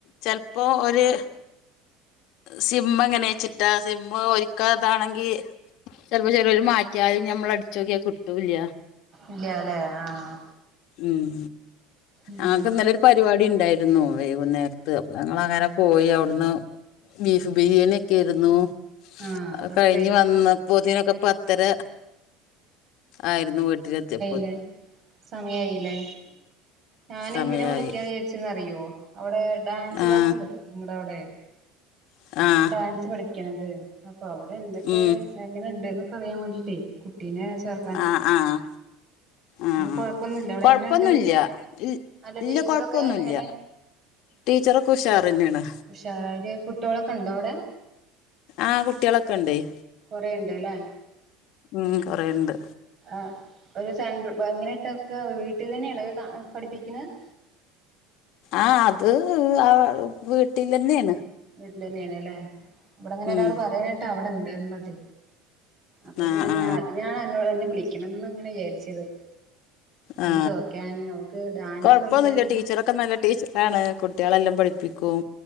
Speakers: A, on the left; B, on the right.
A: ചെൽപ്പോ ഒര്- സിം എങ്ങനെച്ചിട്ടാ സിം ഒരിക്കാ അതാണെങ്കി. ചെൽപ്പോ ചേലോല് മാറ്റ്യാൽ ഞമ്മൾ അട്ച്ചോക്യ കിട്ടൂല്ല.
B: ഇല്ല്യ ലേ ആഹ്.
A: ഉം
B: ഉം
A: അങ്ങക്ക്‌ന്നലൊരു. പരിവാടി ണ്ടായിരുന്നു വൈകുന്നേരത്ത് അപ്പൊ ഞങ്ങളങ്ങനെ പോയി ഔട്ന്ന്. ബീഫ് ബിരിയാണിക്കെരുന്നു.
B: ആഹ്
A: അ
B: അതൊക്കെ
A: കഴിഞ്ഞ്
B: കഴിച്ചു
A: വന്നപ്പോത്തിനൊക്കെ പത്തര ആയിര്ന്നു ട്ടിലത്ത്യം.
B: ലെ സമയായിലേ ഞാനെന്തിനാ
A: സമയായി
B: വിളിക്ക്യാ വിചാരിച്ചെന്നറിയോ? അവിടെ ഡാൻസ്
A: ആഹ്
B: ക്ലാസ് ണ്ടല്ലോ നിങ്ങടെ അവിടെ.
A: ആഹ്.
B: ഡാൻസ് പഠിക്ക്ണത് അപ്പൊ അവിടെ എന്തൊക്കെ
A: ഉം
B: - ങ്ങനെണ്ട്ന്നൊക്കറിയാ വേണ്ടിട്ടെ കുട്ടീനെ ചർ.
A: ആഹ് ആഹ്. ആഹ് ആഹ്
B: കൊഴപ്പൊന്നുല്ല അവിടെ
A: കൊഴപ്പൊന്നുല്ല
B: എങ്ങനെണ്ട്
A: ഇൽ
B: അല്ല
A: ഇല്ല
B: ടീച്ചറൊക്കെ
A: കൊഴപ്പൊന്നുല്ല.
B: എങ്ങനെ
A: ടീച്ചറൊക്കെ ഉഷാറെന്നേണ്.
B: ഉഷാര് കുട്ട്യോളൊക്കെ ണ്ടോ വടെ.
A: ആഹ് കുട്ട്യളൊക്കെ ണ്ടയ്.
B: കുറെുണ്ട് അല്ലേ
A: ഉം കൊറെുണ്ട്
B: ആ ഒരു സെൻ എങ്ങനെ ഇട്ടവർക്ക് വീട്ടിൽ തന്നെയാണ അത് പഠിപ്പിക്കുന്നത്
A: ആ അത് ആ വീട്ടിൽന്നെയാണ്
B: വീട്ടിൽ തന്നെയണ അല്ലേ ഇവിടെ അങ്ങനെ
A: ഉം
B: ഒരാൾ പറയാനായിട്ട് അവിടെണ്ട്ന്നത് അപ്പൊ
A: ആ
B: പിള്ളേ
A: ആ
B: ഞാൻ അതിന്നു എന്നെ വിളിക്കണംന്ന് ഇങ്ങനെ വിചാരിച്ചത്
A: ആ
B: അത് ചോക്കാന് നമക്ക് ഡാൻസ്
A: കൊഴപ്പൊന്നുല്ല
B: കളിക്കാൻ
A: ടീച്ചറൊക്കെ നല്ല ടീച്ചറാണ് കുട്ടികളെല്ലാം പഠിപ്പിക്കും